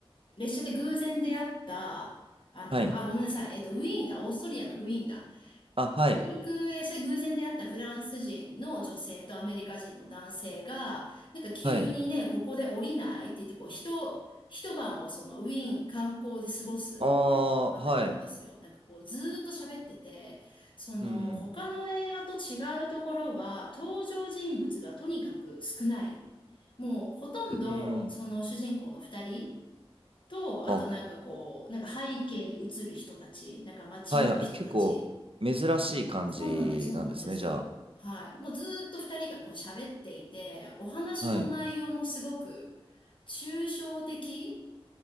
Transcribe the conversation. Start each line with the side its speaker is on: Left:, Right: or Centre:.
Left: 列車で偶然出会った、あの、
Right: はい。
Left: あ、ごめんなさい。えっと、ウィーンだ。オーストリアのウィーンだ。
Right: あ、はい。
Left: に行く、えそれ偶然出会ったフランス人の女性とアメリカ人の男性が、なんか急にね、
Right: はい。
Left: ここで降りないって言って、こう、一、一晩をそのウィーン観光で過ごすみたいな物語なんですよ。
Right: あー、はい。
Left: なんかこう、ずーっと喋ってて、その、
Right: うん
Left: 他の映画と違うところは、登場人物がとにかく少ない。もう、ほとんど、
Right: うん。うん。
Left: その主人公の二人と、
Right: あ、
Left: あとなんかこう、なんか背景に映る人たち、なんか街行く人たち、
Right: はいはい。結構、珍しい感じなんですね、
Left: そうなんです、そうなんです。
Right: じゃ
Left: はい。もうずーっと二人がこう喋っていて、お話の内容もすごく抽象的、
Right: あ。はい。